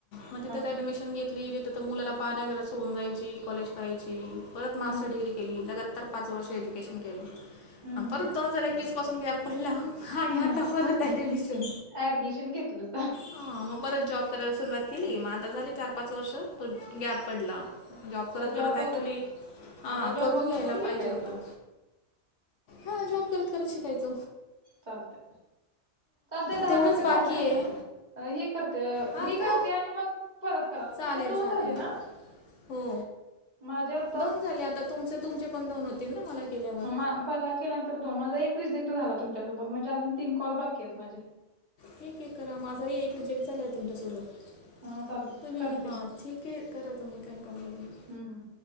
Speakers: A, on the left; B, on the right.
A: मग तिथेच
B: हं.
A: ऍडमिशन घेतली तर तर मुलाला पाहण्या घरा सोडून जायची कॉलेज करायची परत मास्टर
B: हं.
A: डिग्री केली लगात तर पाच वर्ष एज्युकेशन केलं
B: हं, हं.
A: परत दोन हजार एकवीस पासून गॅप पडला आणि
B: हं.
A: आता परत ॲडमिशन.
B: ऍडमिशन घेतलंस.
A: हा म परत जॉब करायला सुरुवात केली म आता झाली चार पाच वर्ष गॅप पडला जॉब
B: आता
A: करत करत
B: बघत
A: ॲक्च्युली हां
B: आता जॉब
A: करून
B: बघत
A: घ्यायला
B: बघ शिकायचं.
A: पाहिजे होतं. हां जॉब करत करत शिकायच.
B: चालतय चालते दहा
A: तेवढंच
B: मिनट
A: बाकी
B: झाल्यात.
A: आहे
B: अ हे करते अ
A: हा
B: मी
A: का
B: करते आणि मग परत करा
A: चालेल
B: तुमचा दोन
A: चालेल
B: झाले ना.
A: हो.
B: माझ्यात
A: दोन झाले आता तुमचे तुमचे पण दोन होतील ना मला केल्यावर
B: मा पहिल्या केल्यानंतर दोन माझा एक रिझेक्ट झाला तुमच्यासोबत म्हणजे अजून तीन कॉल बाकी आहेत माझे.
A: ठीक आहे करा माझाही एक रिजेक्ट झाला आहे तुमच्यासोबत
B: हां, चालतंय
A: तुम्ही
B: करते
A: हा
B: मी.
A: ठीक के करायचं मग काय प्रॉब्लेम. <unintelligible>
B: हम्म हम्म.